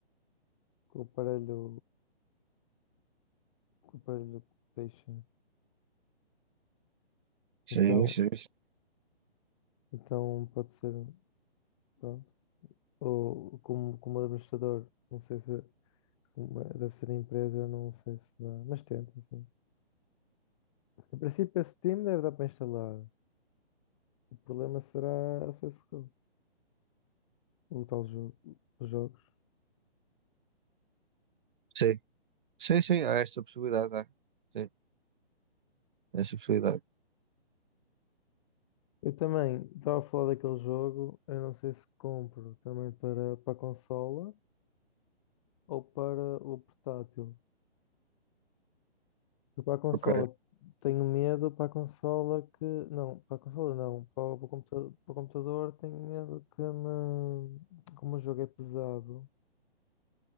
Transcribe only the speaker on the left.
que o aparelho, que o aparelho deixa.
Então,
então pode ser, pronto. Ou como, como administrador, não sei se uma- deve ser a empresa, não sei se dá, mas tenta, sim. Em princípio, esse time deve dar para instalar. O problema será a CSGO, o o um tal jogo, os jogos.
Eu também estava a falar daquele jogo, eu não sei se compro também para, para a consola ou para o portátil. Eu para a consola
tenho medo, para a consola que. Não, para a consola não, para o, para o computa- para o computador, tenho medo que me, como o jogo é pesado